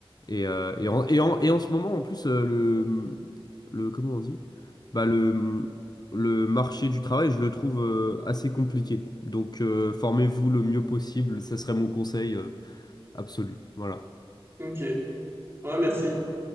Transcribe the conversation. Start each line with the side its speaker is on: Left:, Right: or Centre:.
Left: Et, euh, et, en, et, en, et en ce moment, en plus, euh, le, le, comment on dit? Bah, le, le marché du travail, je le trouve euh, assez compliqué. Donc, euh, formez-vous le mieux possible, ça serait mon conseil euh, absolu. Voilà.
Right: Ok. Ouais, merci.